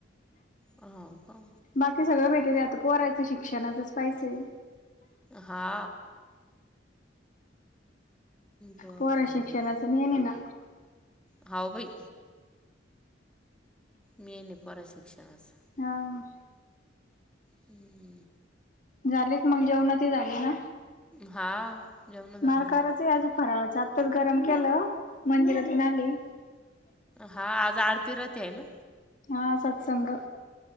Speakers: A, in the centre; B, on the left.
A: हाव का?
B: बाकी सगळं भेटी रया, आता पोरांचं शिक्षणाचच पाहिचय.
A: हा. बरं.
B: पोरा शिक्षणाचं मेन आहे ना.
A: हाव बई. मेन आहे, पोराच शिक्षणाचं.
B: हम.
A: हू हू.
B: झाली क मग? जेवण ती झाली ना?
A: हा जेवणं झाले
B: नाय
A: ना.
B: काराचय अजून. फराळाचं आत्ताच गरम केलं. मंदिरातून आली.
A: हा आज आरती राहाते, हाय ना?
B: हा सत्संग.